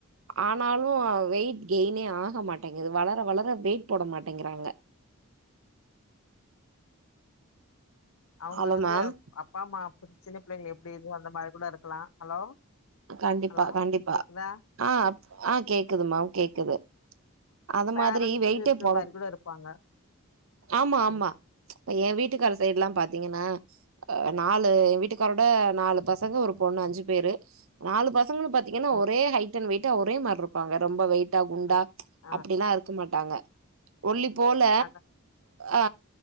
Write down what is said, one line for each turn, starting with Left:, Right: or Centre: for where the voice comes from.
Right: ஆனாலு வெயிட் கெய்னே ஆக மாட்டேங்குது வளர வளர வெயிட் போட மாட்டேங்கிறாங்க
Left: அவங்க
Right: ஹலோ
Left: வந்து
Right: மேம்
Left: அப்பா அம்மா சின்ன பிள்ளைங்கள எப்படி இது அந்த மாரி கூட இருக்கலா ஹலோ
Right: கண்டிப்பா
Left: ஹலோ
Right: கண்டிப்பா
Left: கேக்குதா
Right: ஆ ஆ கேக்குது மேம் கேக்குது அது
Left: பேரண்ட்ஸ்
Right: மாதிரி வெயிட்டே
Left: இருக்க
Right: போட
Left: மாரி கூட இருப்பாங்க
Right: ஆமா ஆமா
Left: ம்
Right: எ வீட்டுக்காரு சைடு எல்லா பாத்தீங்கன்னா அ நாலு எ வீட்டுக்காரோட நாலு பசங்க ஒரு பொண்ணு அஞ்சு பேரு நாலு பசங்களு பாத்தீங்கன்னா
Left: ம்
Right: ஒரே ஹைட் அண்ட் வெயிட்டா ஒரே மாரி இருப்பாங்க ரொம்ப வெயிட்டா குண்டா
Left: ஆ ஆ
Right: அப்படிலா இருக்க மாட்டாங்க ஒல்லி போல
Left: அதா
Right: ஆ